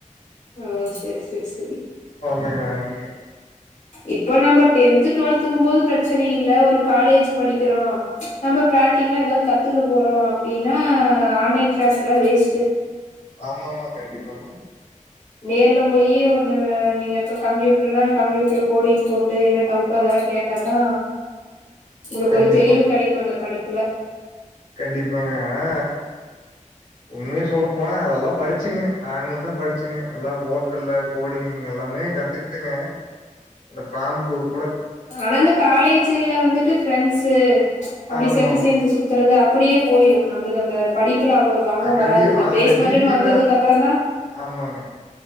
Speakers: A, on the left; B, on the left.
A: ஓ செரி செரி செரி
B: மெய்யாலும்ங்க
A: இப்ப நம்ம டென்த் டுவெல்த்துங்கும் போது பிரச்சன இல்ல ஒரு காலேஜ் படிக்கிறோ நம்ப பிராக்டிக்கலா ஏதாது கத்துக்க போறோ அப்டின்னா ஆன்லைன் கிளாஸ் எல்லா வேஸ்ட்டு
B: ஆமா ஆமா கண்டிப்பா
A: நேர்ல போய் இந்த நீங்க இப்ப கம்ப்யூட்டர்னா கம்ப்யூட்டர்ல கோடிங் போட்டு என்ன டவுட் சோ அதெல்லா கேட்டாத்தா உங்களுக்கு
B: கண்டிப்பாங்க
A: ஒரு தெளிவு கெடைக்கு அந்த படிப்புல
B: கண்டிப்பாங்க ஆனா உண்மய சொல்ல போனா அதெல்லா படிச்சிங்க நாங்களுந்தா படிச்சங்க எல்லா போ்ட்டல்ல கோடிங் எல்லாமே கத்துக்கிட்டேங்க அந்த பிராம்டூர்
A: ஆனா இந்த காலேஜ்ல வந்துட்டு ஃப்ரெண்ட்ஸு அப்டி
B: ஆமாமா
A: செட்டு சேந்து சுத்துறது அப்டியே போயிரு நம்பளுக்கு அந்த படிப்புல அவ்ளோ கவனோ
B: கண்டி
A: வராது இந்த
B: அந்த
A: பிளேஸ்மெண்ட்டுன்னு
B: டீட்டெய்லா
A: வந்ததுக்கு அப்பறந்தா
B: ஆமாங்க